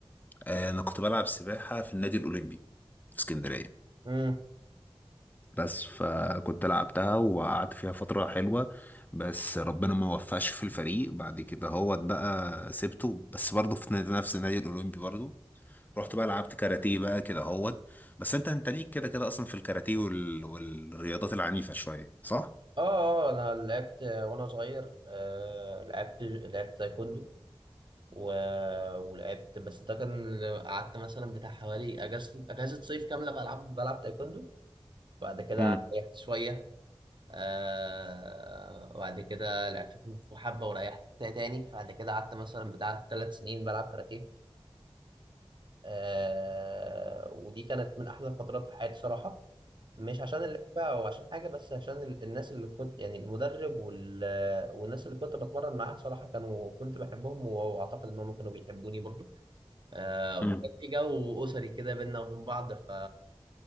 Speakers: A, on the left; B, on the right.
A: آه، انا كنت بلعب سباحه في النادي الاولمبي في اسكندريه
B: امم
A: بس فكنت لعبتها وقعدت فيها فترة حلوة بس ربنا ما وفقش في الفريق بعد كده هو بقى سبته بس برضه في نادي- نفس النادي الأولمبي برضه رحت بقى لعبت كاراتيه بقى كده هوت بس انت انت ليك كده كده اصلا في الكاراتيه وال... والرياضات العنيفة شوية صح؟
B: اه اه انا لعبت وانا صغير آه لعبت لعبت تايكوندو و... ولعبت بس ده كان قعدت مثلا بتاع حوالي اجازه اجازه صيف كامله بلعب بلعب تايكوندو بعد كده
A: امم
B: ريحت شويه آه وبعد كده لعبت كونغ فو حبه وريحت تاني بعد كده قعدت مثلا بتاع ثلاث سنين بلعب كاراتيه آه ودي كانت من احلى الفترات في حياتي صراحه مش عشان اللعبة أو عشان حاجة بس عشان ال- الناس اللي كنت يعني المدرب وال... والناس اللي كنت بتمرن معاها صراحة كانوا كنت بحبهم وأعتقد إنهم كانوا بيحبوني برضو آه
A: امم
B: وكان في جو أسري كده بينا وبين بعض ف...